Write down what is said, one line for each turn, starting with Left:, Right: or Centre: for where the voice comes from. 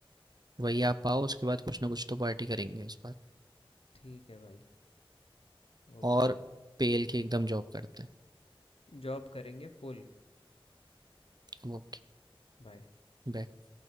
Right: वही आप आओ उसके बाद कुछ ना कुछ तो पार्टी करेंगे इस बार
Left: ठीक है भाई ओके
Right: और पेल के एकदम जॉब करते
Left: जॉब करेंगे फुल
Right: हैं ओके
Left: बाय
Right: बाय